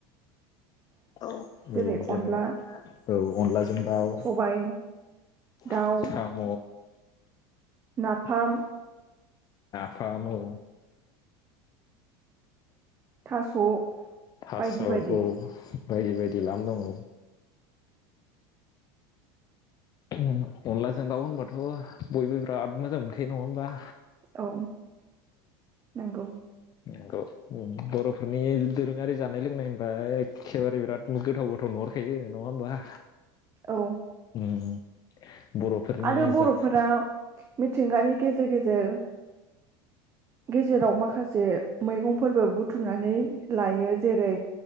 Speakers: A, on the left (about 30°); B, on the right (about 20°).
A: औ
B: जेरै
A: जेन'
B: अनला
A: औ अनलाजों दाउ
B: सबाय
A: साम'
B: दाउ नाफाम
A: फाम औ
B: थास'
A: थास'
B: बायदि
A: औ
B: बायदि
A: बायदि बायदि लाम दङ अनलाजों दाउ होनबाथ' बयबो बिराद मोजां मोनखायो नङा होमबा
B: औ नोंगौ
A: नंगो उम बर'फोरनि दोरोङारि जानाय लोंनाय होनबा एखेबारे बिराद गोथाव गोथाव नुहरखायो नङा होमबा
B: औ
A: उम बर'फोरनि
B: आरो बर'फोरा
A: जा
B: मिथिंगानि गेजेर गेजेर गेजेराव माखासे मैगं फोरबो बुथुमनानै लायो जेरै